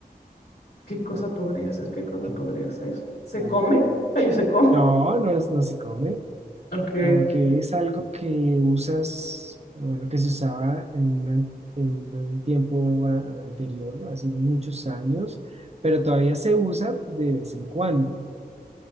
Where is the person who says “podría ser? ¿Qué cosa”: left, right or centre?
Left